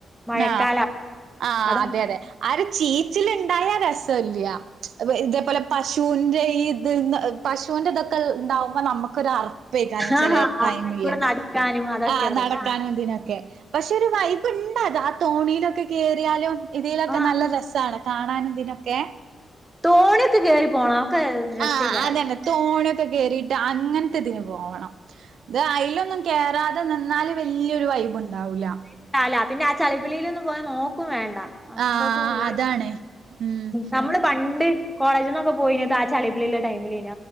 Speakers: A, in the centre; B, on the right.
A: മഴക്കാലം
B: ആഹ് ആഹ്
A: അത
B: അതെ അതെ ആഹ് ഒരു ചീച്ചിൽ ഉണ്ടായ രസല്ല്യ ഇതേപോലെ പശുവിന്റെ ഈ ഇത് പശുവിന്റെ ഇതൊക്കെ ഉണ്ടാവുമ്പോ നമുക്കൊരു അറ <unintelligible>
A: ആഹ്
B: ചെലെ ടൈമില്
A: ആയിക്കൂടെ നടക്കാനും അതൊക്കെ
B: ആ
A: പ്രശ്നം
B: നടക്കാനും ഇതിനൊക്കെ. പഷേ ഒരു വൈബ് ഇണ്ട് അത് ആ തോണിലൊക്കെ കേറിയാലും. ഇതിലൊക്കെ
A: ആഹ്
B: നല്ല രസാണ് കാണാനും ഇതിനൊക്കെ.
A: തോണി ഒക്കെ കേറി <unintelligible> രസേക്കാരം
B: ആ അതന്നെ തോണിക്കെ കേറിട്ട് അങ്ങനത്തെ ഇതിന് പോണം. <unintelligible> അയിലൊന്നും കേറാതെ നിന്നാല് വല്യൊരു വൈബ് ണ്ടാവൂല്ല.
A: <unintelligible> ചളിപ്പിളിൽ <unintelligible> നോക്കും വേണ്ട.
B: ആഹ്
A: <unintelligible>
B: അതാണ് ഉം
A: <inaudible> പണ്ട് കോളേജിന്നൊക്കെ പോയിന്നത് ആ ചളിപിളിള്ള ടൈമിലെനി.